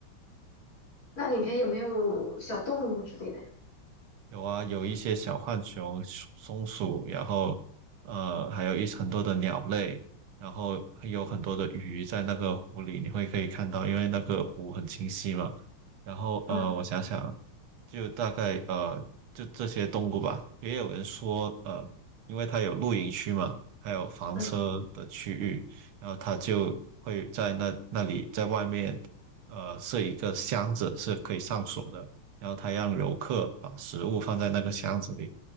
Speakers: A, on the left; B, on the right.
A: 那里面有没有小动物之类的呀？
B: 有啊，有一些小浣熊、松松鼠，然后呃，还有一很多的鸟类，然后还有很多的鱼在那个湖里，你会可以看到，因为那个湖很清晰嘛。然后呃，
A: 嗯
B: 我想想，就大概呃，就这些动物吧。也有人说，呃，因为它有露营区嘛，还有房车的区域，
A: 嗯，
B: 然后它就会在那那里在外面，呃，设一个箱子是可以上锁的，然后它让游客把食物放在那个箱子里，